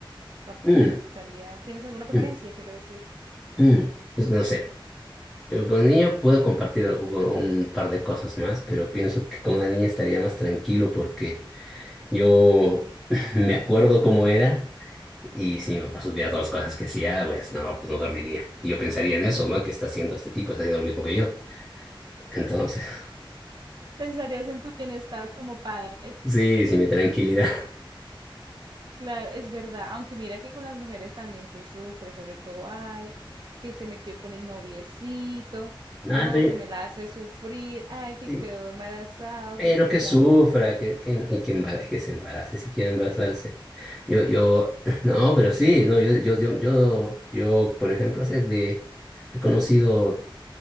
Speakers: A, on the right (about 55°); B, in the centre.
A: ¿cuál
B: Mm,
A: te gustaría? ¿Tienes alguna preferencia,
B: mm,
A: quiero decir?
B: mm, pues, no sé. Pero Con niño puedo compartir algo- un par de cosas más, pero pienso que con una niña estaría más tranquilo porque Yo <laughs> me acuerdo cómo era y si mi papá supiera todas las cosas que hacía, pues no, pues no dormiría. Y yo pensaría en eso, ¿no? ¿Qué está haciendo este tipo? Está haciendo lo mismo que yo. Entonces, <laughs>
A: Pensarías en tu bienestar como padre.
B: sí, sí, mi tranquilidad.
A: Claro, es verdad, aunque mira que con las mujeres también se sufre, sobre todo, ay, que se metió con el noviecito,
B: <laughs> Nada,
A: no,
B: pero,
A: que me
B: yo-
A: la hace sufrir, ay, que
B: sí,
A: quedó embarazado,
B: pero
A: que se desarrolló,
B: que sufra, que, que, y que, embara- que se embarace si quiere embarazarse. Yo, yo, <clears throat> <laughs> no, pero sí, no, yo, yo, yo, yo, yo, por ejemplo, hace de, he conocido